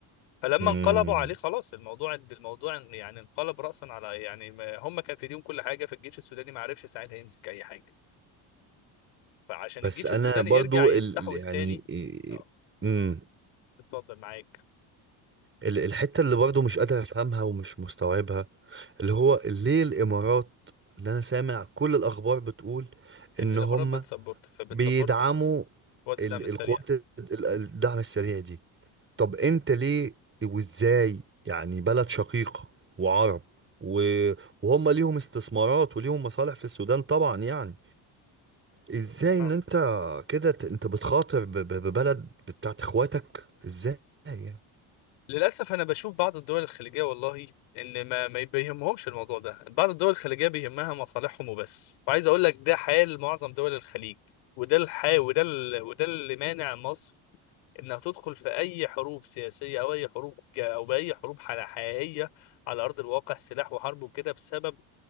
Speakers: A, on the left (about 90°); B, on the right (about 25°).
A: فلما
B: مم.
A: انقلبوا عليه خلاص الموضوع الموضوع يعني انقلب رأسا على يعني ما- هم كان في ايديهم كل حاجة فالجيش السوداني ما عرفش ساعتها يمسك أي حاجة فعشان
B: بس
A: الجيش
B: انا
A: السوداني
B: برضو
A: يرجع يستحوذ
B: ال... يعني
A: تاني اه
B: آه، مم.
A: اتفضل معاك
B: ال- الحتة اللي برضه مش قادر أفهمها ومش مستوعبها اللي هو ليه الإمارات اللي أنا سامع كل الأخبار بتقول
A: ان
B: إن
A: الامارات
B: هم
A: بتسبورت فبتسبورت
B: بيدعموا
A: وقت
B: ال-
A: الدعم السريع
B: القوات ال- ال- الدعم السريع دي طب أنت ليه وإزاي يعني بلد شقيقة وعرب و- وهم ليهم استثمارات وليهم مصالح في السودان طبعا يعني إزاي
A: اه
B: إن أنت كده ت- أنت بتخاطر ب- ب- ببلد بتاعت إخواتك إزاي يعني
A: للاسف انا بشوف بعض الدول الخليجيه والله ان ما ما بيهمهمش الموضوع ده بعض الدول الخليجيه بيهمها مصالحهم وبس وعايز اقول لك ده حال معظم دول الخليج وده الحال وده ال... وده اللي مانع مصر انك تدخل في اي حروب سياسيه او اي حروب جا- او باي حروب حل- حقيقيه على ارض الواقع سلاح وحرب وكده بسبب